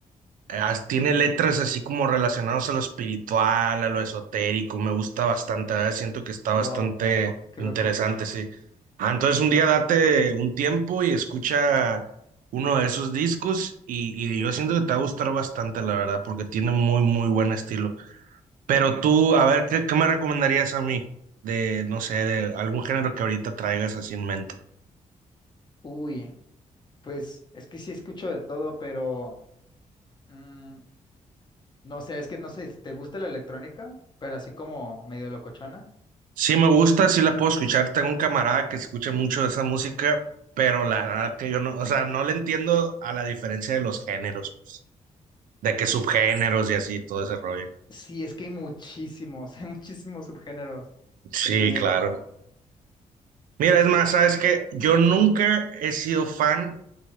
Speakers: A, on the right; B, on the left.
A: eh, As- Tiene letras así como relacionadas a lo espiritual, a lo esotérico, me gusta bastante, ¿verdad? Siento que está
B: Wow.
A: bastante
B: Qué
A: interesante,
B: loco.
A: sí. Ah, entonces un día date un tiempo y escucha uno de esos discos y, y yo siento que te va a gustar bastante, la verdad, porque tiene muy, muy buen estilo. Pero tú, a ver, ¿qué, qué me recomendarías a mí de, no sé, de algún género que ahorita traigas así en mente?
B: Uy, pues es que sí escucho de todo, pero mm, no sé, es que no sé si te gusta la electrónica, pero así como medio locochona.
A: Sí me gusta, sí la puedo escuchar. Tengo un camarada que escucha mucho de esa música, pero la verdad que yo no, o sea, no le entiendo a la diferencia de los géneros, pues, de qué
B: Es,
A: subgéneros y así, todo ese rollo.
B: sí, es que hay muchísimos, <laughs> hay muchísimos subgéneros.
A: Sí,
B: Eh,
A: claro. Mira, es más, sabes que yo nunca he sido fan